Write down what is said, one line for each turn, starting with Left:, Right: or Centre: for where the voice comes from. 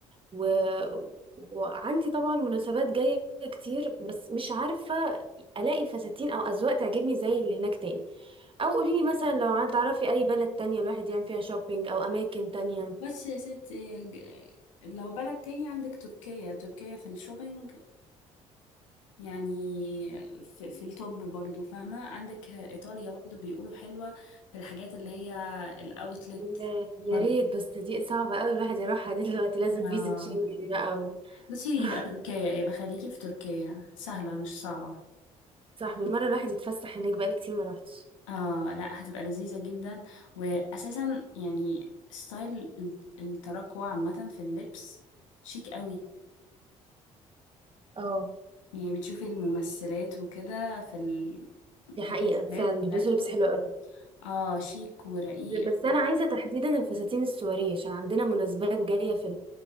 Right: و... وعندي طبعا مناسبات جاية كتير بس مش عارفة ألاقي فساتين أو أذواق تعجبني زي اللي هناك تاني أو قوليلي مثلا لو عن- تعرفي أي بلد تانية الواحد يعمل فيها شوبينج أو أماكن تانية
Left: بس يا ست ج- لو بلد تاني عندك تركيا تركيا في الشوبينج يعني في, في التوب برضو فاهمة عندك إيطاليا برضو بيقولوا حلوة في الحاجات اللي هي الأوتلت
Right: يا يا
Left: برضو
Right: ريت بس دي صعبة قوي الواحد يروحها دي دلوقتي لازم
Left: آه
Right: فيزا شنجن بقى و...
Left: بصي
Right: <laughs> <sighs>
Left: يبقى تركيا يبقى خليكي في تركيا سهلة مش صعبة
Right: صح بالمرة الواحد يتفسح هناك بقالي كتير ما روحتش
Left: اه لا هتبقى لذيذة جدا واساسا يعني ستايل ال- التراكوة عامة في اللبس شيك قوي
Right: اه
Left: يعني بتشوفي الممثلات وكده في المسلسلات
Right: دي حقيقة فعلا
Left: بتاعتهم
Right: بيلبسوا لبس حلو قوي
Left: اه شيك ورقيق
Right: بس أنا عايزة تحديدا الفساتين السواريه عشان عندنا مناسبات جاية في